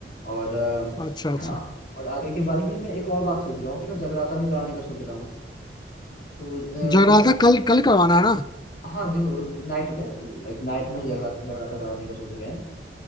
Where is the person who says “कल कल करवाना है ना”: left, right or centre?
Left